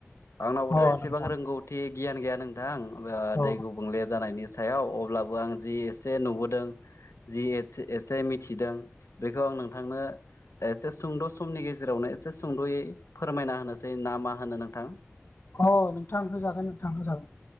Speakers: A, on the left; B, on the left.
A: आंनावबोथ'
B: अ
A: एसेबां
B: नोंथां
A: रोंगौथि गियान गैया नोंथां ओ
B: अ
A: दै गुबुंले जानायनि याव अब्लाबो आं जि एसे नुबोदों जि एसे मिथिदों बेखौ आं नोंथांनो एसे सुंद' समनि गेजेराव जेरावनो एसे सुंद'यै फोरमायना होनोसै ना मा होनो नोंथां।
B: अ नोंथां होजागोन नोंथांखौ होजागोन।